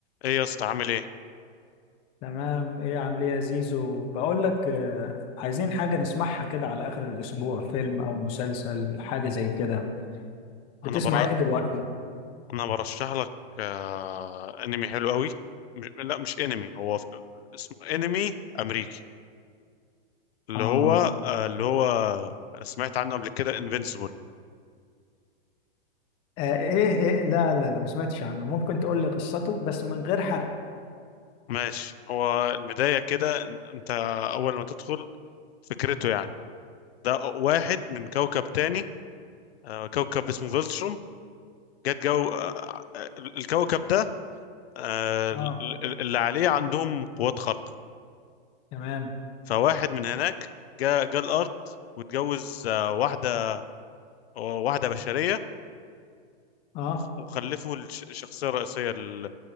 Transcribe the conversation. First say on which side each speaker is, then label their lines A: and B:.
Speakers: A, on the left; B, on the left.
A: ايه يا اسطى عامل ايه
B: تمام ايه عامل ايه يا زيزو بقول لك آه، عايزين حاجة نسمعها كده على آخر الأسبوع فيلم أو مسلسل حاجة زي كده
A: انا
B: بتسمع
A: بر...
B: ايه دلوقتي؟
A: انا برشح لك آه... انمي حلو قوي مش... لا مش انمي هو ف- اسمه انمي امريكي اللي
B: آه.
A: هو آه... اللي هو سمعت عنه قبل كده انفينسيبل
B: آه ايه ايه لا لا لا ما سمعتش عنه ممكن تقول لي قصته بس من غير حرق
A: ماشي هو البداية كده إن- انت اول ما تدخل فكرته يعني ده واحد من كوكب تاني آه... كوكب اسمه فيلتروم جت جو آه... آه، الكوكب ده آه... ال-
B: اه
A: ال- اللي عليه عندهم قوات خارقة
B: تمام
A: فواحد من هناك جاء جاء الارض واتجوز آه، واحده آه، واحده بشريه
B: اه
A: وخ- وخلفوا الش- الشخصيه الرئيسيه ال-